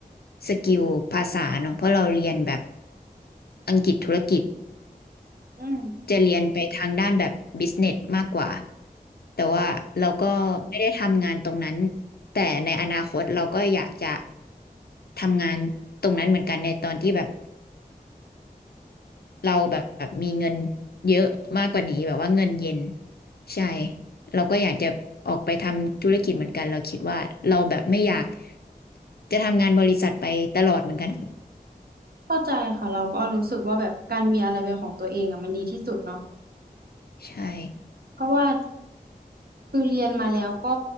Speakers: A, on the left (about 75°); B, on the right (about 75°).
A: สกิลภาษาเนอะเพราะเราเรียนแบบอังกฤษธุรกิจ
B: อืม
A: จะเรียนไปทางด้านแบบบิสเนสมากกว่าแต่ว่าเราก็ไม่ได้ทำงานตรงนั้นแต่ในอนาคตเราก็อยากจะทำงานตรงนั้นเหมือนกันในตอนที่แบบ เราแบบแบบมีเงินเยอะมากกว่านี้แบบว่าเงินเย็นใช่เราก็อยากจะออกไปทำธุรกิจเหมือนกันเราคิดว่าเราแบบไม่อยากจะทำงานบริษัทไปตลอดเหมือนกัน
B: เข้าใจค่ะเราก็รู้สึกว่าแบบการมีอะไรเป็นของตัวเองอ่ะมันดีที่สุดเนาะ
A: ใช่
B: เพราะว่าคือเรียนมาแล้วก็